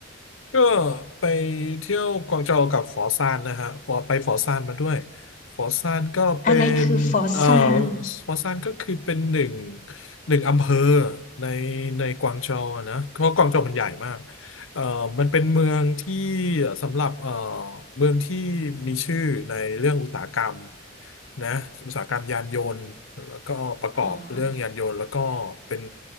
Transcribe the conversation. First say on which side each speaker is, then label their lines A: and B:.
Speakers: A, on the left (about 75°); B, on the left (about 40°).
A: ก็ไปเที่ยวกวางโจวกับฟอซานนะฮะฟอไปฟอซานมาด้วยฟอซานก็เป็นเอ่อ
B: อะไรคือฟอสซาน
A: ฟอซานก็คือเป็นหนึ่งหนึ่งอำเภอในในกวางโจวอะนะเพราะกวางโจวมันใหญ่มากเอ่อมันเป็นเมืองที่สำหรับเอ่อเมืองที่มีชื่อในเรื่องอุตสาหกรรมนะอุตสาหกรรมยานยนต์แล้วก็ประกอบเรื่องยานยนต์แล้วก็เป็น
B: อ๋อ